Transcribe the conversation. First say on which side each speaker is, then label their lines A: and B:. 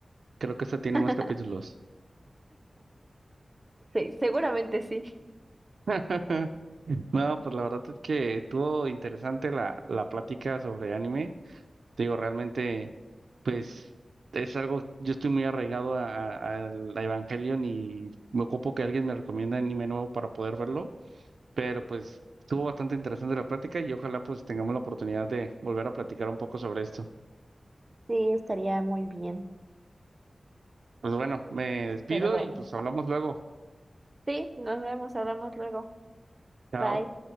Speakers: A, on the right (about 90°); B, on the right (about 30°).
A: Creo que este tiene
B: <laughs>
A: más capítulos.
B: Sí, seguramente sí.
A: <laughs> No, pues la verdad es que estuvo interesante la, la plática sobre anime. Te digo, realmente, pues es algo, yo estoy muy arraigado a- a- al Evangelion y me ocupo que alguien me recomienda anime nuevo para poder verlo. Pero pues estuvo bastante interesante la plática y ojalá pues tengamos la oportunidad de volver a platicar un poco sobre esto.
B: Sí, estaría muy bien.
A: Pues bueno, me despido
B: Pero bueno,
A: y pues hablamos luego.
B: sí, nos vemos, hablamos luego.
A: Chao.
B: Bye.